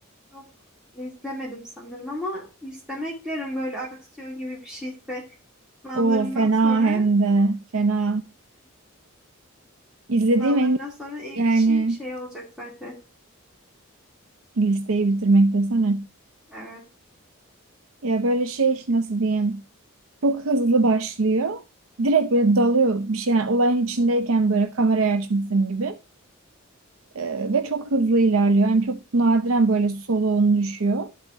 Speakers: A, in the centre; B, on the right.
A: çok izlemedim sanırım ama listeme eklerim böyle aksiyon gibi bir şeyse sınavlarımdan
B: O fena
A: sonra
B: hem de fena. İzlediğim
A: Sınavlarından
B: en iyi
A: sonra ilk
B: yani
A: işim şey olacak zaten.
B: listeyi bitirmek desene.
A: Evet.
B: Ya böyle şey nasıl diyeyim? Çok hızlı başlıyor. Direkt böyle dalıyor bir şey. Yani olayın içindeyken böyle kamerayı açmışsın gibi. Ee, ve çok hızlı ilerliyor. Yani çok nadiren böyle soluğun düşüyor.